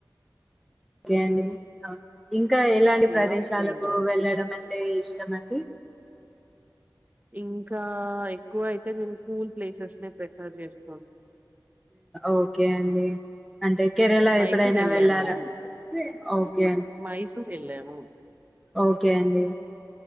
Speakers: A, in the centre; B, on the right.
A: ఓకే అండి అవు ఇం ఇంకా ఎలాంటి
B: బే
A: ప్రదేశాలకు
B: ఆఫ్ బెంగాల్.
A: వెళ్ళడం అని అంటే ఇష్టం అండి
B: ఇంకా ఎక్కువ అయితే నేను కూల్ ప్లేసెస్ నే ప్రిఫర్ చేస్తాను
A: ఓకే అండి అంటే కేెరళ
B: మైసూర్
A: ఎప్పుడైనా
B: ఎళ్ళాము
A: వెళ్ళారా ఓకే అండి
B: మైసూర్ ఎళ్ళాము
A: ఓకే అండి